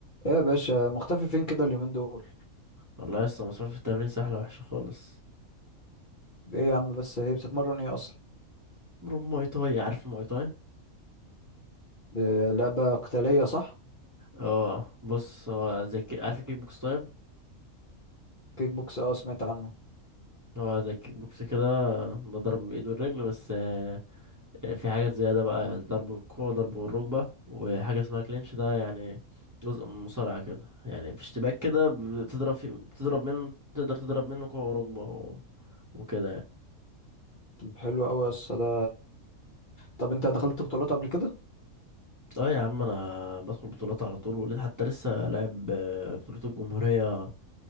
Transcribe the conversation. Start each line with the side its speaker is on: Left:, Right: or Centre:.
Left: ايه يا باشا مختفي فين كده اليومين دول
Right: والله يا اسطى مسحول في التمرين سهلة وحشة خالص
Left: ايه يا عم بس هي بتتمرن ايه اصلا
Right: بروب موي تاي عارف الموي تاي
Left: إيه، لعبة قتالية صح
Right: اه بص هو زي الكي- عارف الكيك بوكس طيب
Left: كيك بوكس اه سمعت عنه
Right: هو زي الكيك بوكس كده بضرب بالايد والرجل بس آه، آه، في حاجات زيادة بقى يعني ضرب بالكوع وضرب بالركبة وحاجة اسمها كلينش ده يعني جزء من المصارعة كده يعني في اشتباك كده بتضرب فيه بتضرب منه تقدر تضرب منه كوع وركبة و... وكده يعني
Left: طب حلو قوي يا اسطى ده طب انت دخلت بطولات قبل كده
Right: اه يا عم انا بدخل بطولات على طول وليه حتى لسه لاعب آه، بطولة الجمهورية